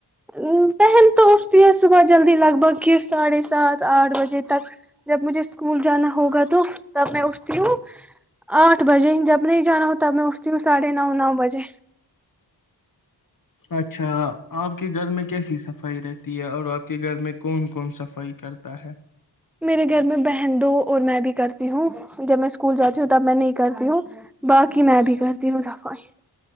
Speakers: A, in the centre; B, on the left (about 50°).
A: ا پہن تو ا اس ہی صبح جلدی لگ بھگ کہ ساڈ ھے سات آٹھ بجے تک جب مجھے اس اسکول جانا ہوگا تو تب میں اٹھتی ہوں آٹھ بجے جب نہیں جانا ہو تب میں اٹھتی ہوں ساڑھے نو نو بجے
B: اچھا آپ کے گھر میں کیسی صفائی رہتی ہے اور آپ کے گھر میں کون کون صفائی کرتا ہے
A: میرے گھر میں بہ دو اور میں بھی کرتی ہوں جب میں اسکول جاتی ہوں تب میں نہیں کرتی ہوں باقی میں بھی کرتی ہوں صفائی